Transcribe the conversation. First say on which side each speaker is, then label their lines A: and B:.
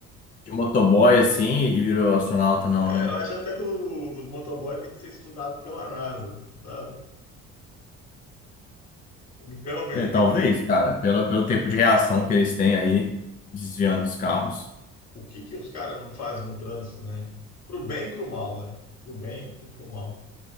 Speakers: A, on the left; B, on the left.
A: de motoboy, assim, e virou astronauta, não,
B: é,
A: né?
B: eu acho até que o- os motoboys têm que ser estudados pela NASA, sabe? Realmente
A: Tem-
B: tem
A: talvez,
B: que ser,
A: cara, pelo, pelo tempo de reação que eles têm aí, desviando os carros.
B: o que que os caras não fazem no trânsito, né? Pro bem e pro mal, né? Pro bem e pro mal.